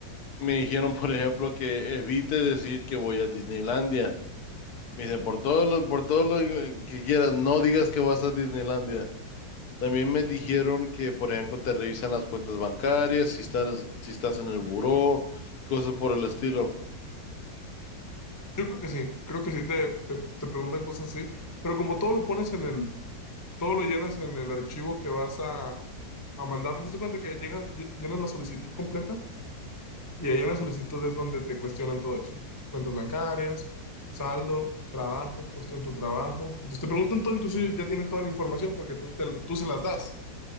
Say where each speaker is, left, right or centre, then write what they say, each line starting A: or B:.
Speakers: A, on the left; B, on the left.
A: Me dijeron, <laughs> por ejemplo, que evite decir que voy a Disneylandia. Me dicen, por todo lo, por todo lo que quieras, no digas que vas a Disneylandia. También me dijeron que, por ejemplo, te revisan las cuentas bancarias, si estás, si estás en el buró, cosas por el estilo.
B: Yo creo que sí, creo que sí, te, te, te preguntan cosas así, pero como todo lo pones en el, todo lo llenas en el archivo que vas a, a mandar. Haz de cuenta que llega, lle- llenas la solicitud completa y ahí en la solicitud es donde te cuestionan todo eso. Cuentas bancarias, saldo, trabajo, puesto en tu trabajo. Entonces te preguntan todo, entonces ya tienen toda la información porque tú, te- tú se las das.